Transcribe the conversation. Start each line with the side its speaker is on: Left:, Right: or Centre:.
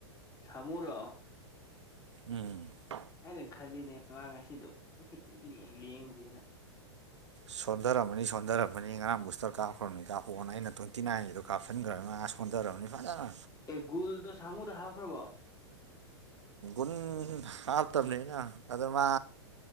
Left: ꯊꯃꯨꯔ
Right: ꯎꯝ
Left: ꯑꯩꯅ ꯈꯜꯂꯤꯅꯦ ꯃꯥꯃꯥꯡ ꯉꯁꯤꯗꯣ ꯂꯦꯡꯗ꯭ꯔꯤꯦꯅ
Right: ꯁꯣꯟꯊꯔꯃꯅꯤ ꯁꯣꯟꯊꯔꯔꯕꯅꯤ ꯉꯔꯥꯡꯕꯨꯁꯇꯔ ꯀꯥꯞꯈ꯭ꯔꯕꯅꯤ ꯀꯥꯞꯄꯑꯣꯅ ꯑꯩꯅ ꯇ꯭ꯋꯦꯟꯇꯤꯅꯥꯏꯟꯒꯤꯗ ꯀꯥꯞꯁꯤꯟꯈ꯭ꯔꯅ ꯐꯣꯟ ꯇꯔꯔꯕꯅꯤ ꯐꯥꯖꯅ
Left: ꯑꯦꯒꯣꯜꯗꯣ ꯁꯃꯨꯗ ꯍꯥꯥꯎꯈ꯭ꯔꯕꯣ
Right: ꯨꯟ ꯍꯥꯞꯇꯕꯅꯤꯅ ꯑꯗꯣ ꯃꯥ